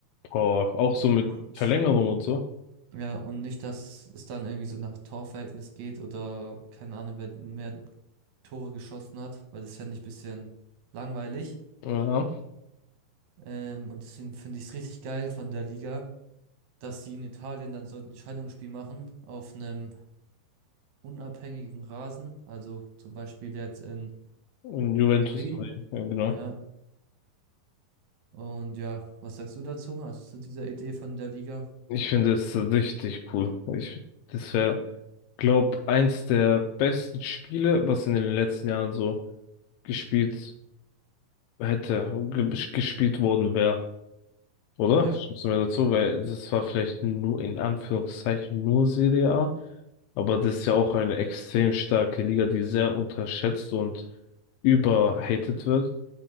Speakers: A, on the left; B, on the right.
A: Boah, auch so mit
B: Und
A: Verlängerung und so.
B: ja, und nicht, dass es dann irgendwie so nach Torverhältnis geht oder keine Ahnung, wer mehr Tore geschossen hat, weil das fände ich ein bisschen langweilig.
A: Ja.
B: Ähm, und deswegen finde ich es richtig geil von der Liga, dass sie in Italien dann so ein Entscheidungsspiel machen auf einem unabhängigen Rasen, also zum Beispiel jetzt in
A: Und Juventus
B: Turin.
A: Turin, ja genau.
B: Ja, und ja, was sagst du dazu? Also zu dieser Idee von der Liga?
A: Ich finde es richtig cool. Ich, das wäre, glaub, eins der besten Spiele, was in den letzten Jahren so gespielt hätte, ge gespielt worden wäre. Oder?
B: Ja,
A: Stimmst du mir dazu? Weil das war vielleicht nur in Anführungszeichen nur Serie A. Aber das ist ja auch eine extrem starke Liga, die sehr unterschätzt und überhated wird.